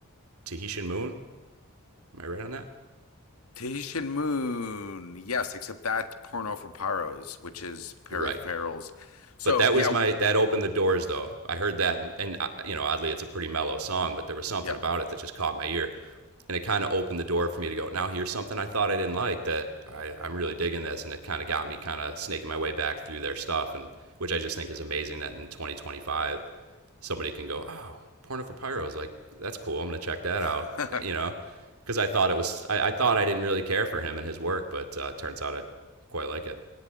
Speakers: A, on the right (about 85°); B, on the left (about 85°).
A: Tahitian Moon. Am I right on that?
B: Tahitian Moon. Yes, except that's porno for pyros, which is peripherals.
A: You're right.
B: So,
A: but that was
B: yeah,
A: my that opened the doors though. I heard that and, and uh, you know oddly it's a pretty mellow song, but there was something
B: yeah.
A: about it that just caught my ear, and it kind of opened the door for me to go. Now here's something I thought I didn't like that I, I'm really digging this, and it kind of got me kind of snaking my way back through their stuff, and which I just think is amazing that in 2025 somebody can go, oh, Porno for Pyros, like that's cool. I'm gonna check that
B: <laughs>
A: out, you know, because I thought it was I, I thought I didn't really care for him and his work, but uh, turns out I quite like it.